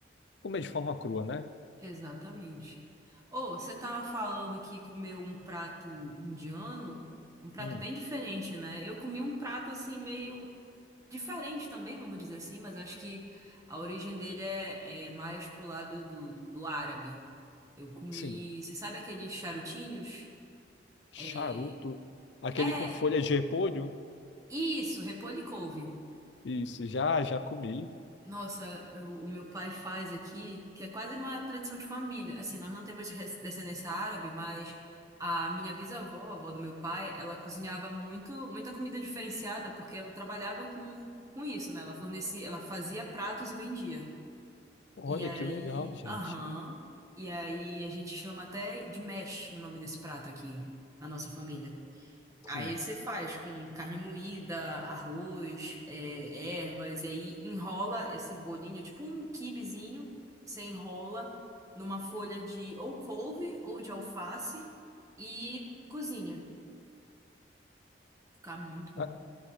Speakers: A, on the left; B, on the right.
A: comer de forma crua, né?
B: Exatamente. Ô, você tava falando que comeu um prato indiano, um prato
A: Hum,
B: bem diferente, né? Eu comi um prato assim meio diferente também, vamos dizer assim, mas acho que a origem dele é, é mais pro lado do, do árabe. Eu comi,
A: sim.
B: você sabe aqueles charutinhos?
A: Charuto.
B: É,
A: Aquele
B: é
A: com folha de repolho?
B: isso, repolho e couve.
A: Isso, já, já comi.
B: Nossa, eu- o meu pai faz aqui, que é quase uma tradição de família. Assim, nós não temos res- descendência árabe, mas a minha bisavó, a avó do meu pai, ela cozinhava muito, muita comida diferenciada, porque ela trabalhava com, com isso, né? Ela fornecia, ela fazia pratos e vendia.
A: Olha
B: E aí,
A: que legal, gente.
B: aham, e aí a gente chama até de mesh o nome desse prato aqui, na nossa família. Aí
A: Sim.
B: você faz com carne moída, arroz, é, ervas, e aí enrola esse bolinho, tipo um quibezinho, você enrola numa folha de ou couve ou de alface e cozinha. Fica muito bom.
A: Ah,